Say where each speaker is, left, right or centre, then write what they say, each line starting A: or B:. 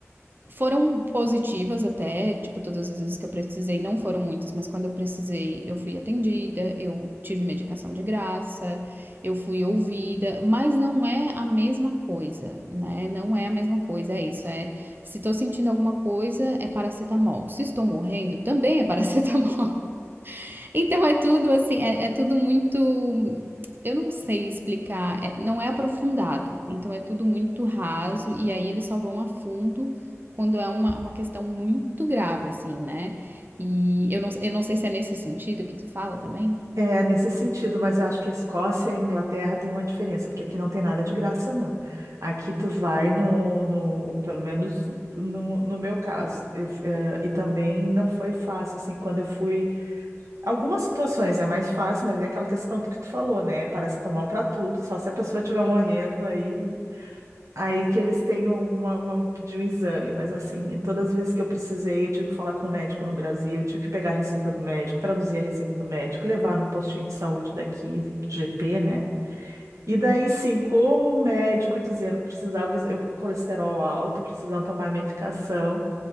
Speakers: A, on the right; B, on the right.
A: foram positivas até, tipo, todas as vezes que eu precisei, não foram muitas, mas quando eu precisei, eu fui atendida, eu tive medicação de graça, eu fui ouvida, mas não é a mesma coisa, né? Não é a mesma coisa, é isso, é se tô sentindo alguma coisa, é paracetamol. Se estou morrendo, também é <laughs> paracetamol. Então é tudo assim, é, é tudo muito. Eu não sei explicar, é- não é aprofundado, então é tudo muito raso, e aí eles só vão a fundo quando é uma, uma questão muito grave, assim, né? E eu não, eu não sei se é nesse sentido que tu fala também.
B: É, nesse sentido, mas eu acho que a Escócia e a Inglaterra têm uma diferença, porque aqui não tem nada de graça, não. Aqui tu vai no, no- pelo menos no, no meu caso, eu, eh, e também não foi fácil, assim, quando eu fui, algumas situações é mais fácil, mas é aquela questão que tu falou, né, paracetamol pra tudo, só se a pessoa estiver morrendo, aí Aí que eles tenham uma, vão pedir um exame, mas assim, todas as vezes que eu precisei, eu tive que falar com o médico no Brasil, eu tive que pegar a receita do médico, traduzir a receita do médico, levar no postinho de saúde daqui, GP, né? E daí sim, como o médico dizendo que precisava, eu com colesterol alto, precisando tomar medicação,